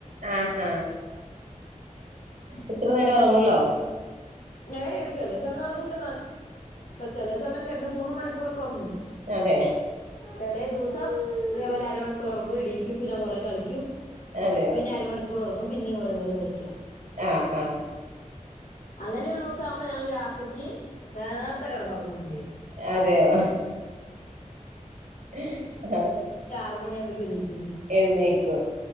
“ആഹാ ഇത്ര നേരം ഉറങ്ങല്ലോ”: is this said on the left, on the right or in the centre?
Right